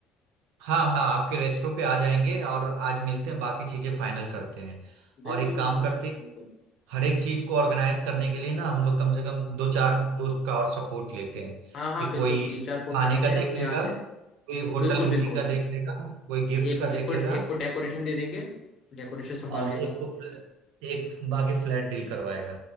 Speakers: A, on the right; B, on the left.
A: हाँ हाँ आपके रेस्टोरेंट पे आ जाएंगे और आज मिलते हैं बाकी चीजें फाइनल करते हैं
B: बिल्कुल
A: और एक काम
B: बिल्कुल
A: करते हैं
B: बिल्कुल
A: हर एक चीज को ऑर्गेनाइज करने के लिए ना हम लोग कम से कम दो चार दोस्त का और सपोर्ट लेते हैं
B: हाँ हाँ
A: कि
B: बिल्कुल
A: कोई
B: तीन चार को उठा
A: खाने
B: लेते
A: का
B: हैं
A: देख
B: अपने
A: लेगा
B: यहाँ से
A: कोई होटल
B: बिल्कुल
A: बुकिंग
B: बिल्कुल
A: का देख लेगा कोई गिफ्ट
B: एक
A: का देख
B: एक को
A: लेगा
B: एक को डेकोरेशन दे देंगे डेकोरेशन संभाल
A: और
B: लेगा
A: एक को फ्ल, एक बाकी फ्लैट डील करवाएगा